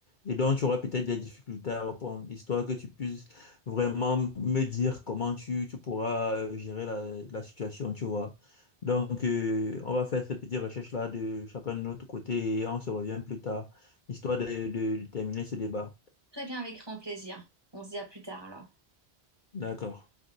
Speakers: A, on the left; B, on the right.
A: et dont tu auras peut-être des difficultés à répondre, histoire que tu puisses vraiment me dire comment tu, tu pourras euh, gérer la, la situation, tu vois. Donc, euh, on va faire cette petite recherche-là de chacun de notre côté et on se revient plus tard histoire de, de- de terminer ce débat.
B: Très bien, avec grand plaisir. On se dit à plus tard alors.
A: D'accord.